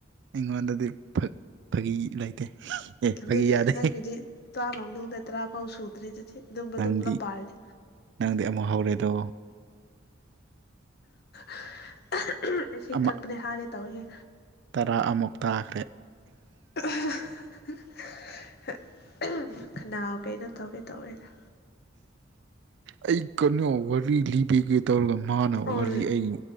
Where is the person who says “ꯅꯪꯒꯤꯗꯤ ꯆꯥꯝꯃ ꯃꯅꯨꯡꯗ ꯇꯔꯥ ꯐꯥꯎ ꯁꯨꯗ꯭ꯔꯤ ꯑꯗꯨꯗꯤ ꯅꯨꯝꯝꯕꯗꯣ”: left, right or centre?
Left